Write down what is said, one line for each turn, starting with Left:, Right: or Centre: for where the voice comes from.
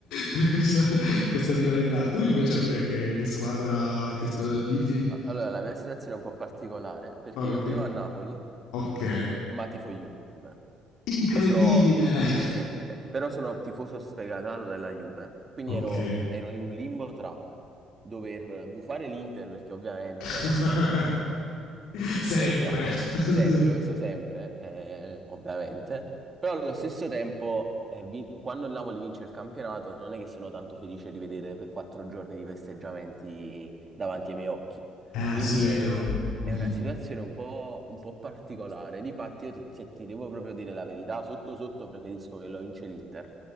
Left: per questa, questa rivalità. Tu invece Andrea che, che squadra, che squadra tifi?
Right: A- Allora, la mia situazione è un po' particolare perché
Left: Ok,
Right: io vivo a Napoli,
Left: ok,
Right: ma tifo Juve.
Left: incredibile!
Right: E sono, sì, eh, però sono tifoso sfegatato della Juve. Quindi
Left: <laughs> ok.
Right: ero, ero in un limbo tra dover gufare l'Inter perché ovviamente...
Left: <laughs>
Right: eh,
Left: Sempre.
Right: È chiaro,
Left: <laughs>
Right: sempre,
Left: Sempre.
Right: questo sempre, eh, ovviamente, però allo stesso tempo, eh, vi- quando il Napoli vince il campionato, non è che sono tanto felice di vedere per quattro giorni di festeggiamenti davanti ai miei occhi.
Left: Ah,
Right: Quindi
Left: sì, vero.
Right: è una,
Left: Mhm.
Right: è una situazione un po', un po' particolare. Difatti, io ti, se ti devo proprio dire la verità, sotto sotto preferisco che lo vince l'Inter